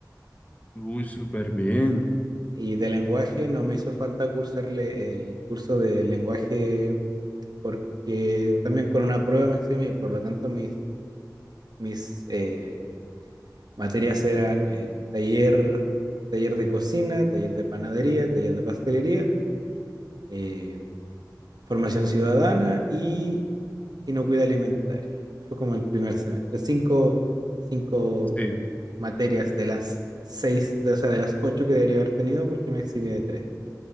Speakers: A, on the left; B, on the right.
A: Uy, súper bien.
B: Y de lenguaje no me hizo falta cursarle el curso de lenguaje porque también con una prueba me eximí, por lo tanto mis mis eh, Materias eran eh, taller, taller de cocina, taller de panadería, taller de pastelería, eh, formación ciudadana y inocuidad alimentaria. Fue como el primer semestre. Cinco, cinco
A: Sí.
B: materias de las seis, de, o sea, de las ocho que debería haber tenido porque me eximí de tres.